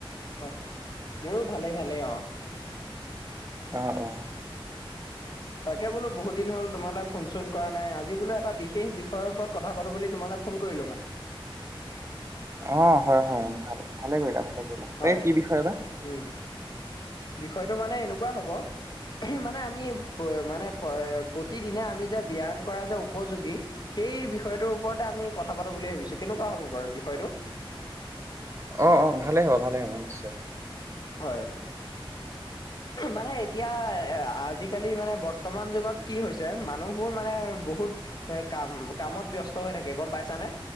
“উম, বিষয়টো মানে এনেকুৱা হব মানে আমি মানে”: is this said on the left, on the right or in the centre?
Left